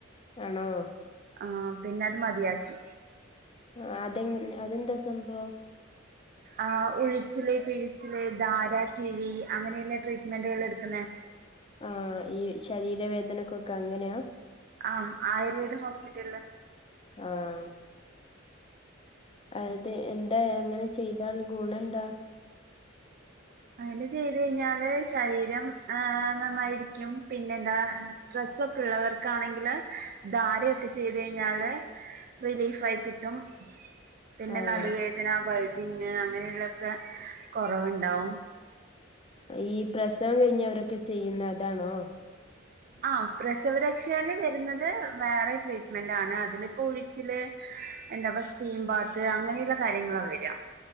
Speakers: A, on the left; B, on the right.
A: ആണോ
B: ആഹ് പിന്നെ അത് മതിയാക്കി
A: ആ അതെ അതെന്താ സംഭവം
B: ആഹ് ഉഴിച്ചില് പിഴിച്ചില് ധാര കിഴി അങ്ങനെള്ള ട്രീറ്റ്മെന്റാള് എട്ക്ക്ന്നെ
A: ആഹ് ഈ ശരീരവേദനൊക്കൊക്ക അങ്ങനെയാ
B: ആഹ് ആയുർവേദ ഹോസ്പിറ്റല്ല്
A: ആഹ് അതെ എൻ ന്താ, അങ്ങനെ ചെയ്താൽ ഗുണന്താ?
B: അങ്ങനെ ചെയ്ത് കഴിഞ്ഞാല് ശരീരം അഹ്‌ നന്നായിരിക്കും പിന്നെന്താ സ്ട്രെസ്സൊക്കെ ഇള്ളവർക്കാണെങ്കില് ധാരയൊക്കെ ചെയ്ത് കഴിഞ്ഞാല് റിലീഫായി കിട്ടും. പിന്നെ
A: ആഹ്
B: നടുവേദന ബൾജിങ്ങ് അങ്ങനെയുള്ളേക്കെ കൊറവ്ണ്ടാവും
A: ഈ പ്രസവം കഴിഞ്ഞവരൊക്കെ ചെയ്യുന്ന അതാണോ?
B: ആഹ് പ്രസവ രക്ഷേല് വരുന്നത് വേറെ ട്രീറ്റ്മെന്റ് ആണ് അതിലിപ്പോ ഉഴിച്ചില് എന്താപ്പ സ്റ്റീം ബാത്ത് അങ്ങനെള്ള കാര്യങ്ങളാ വരാ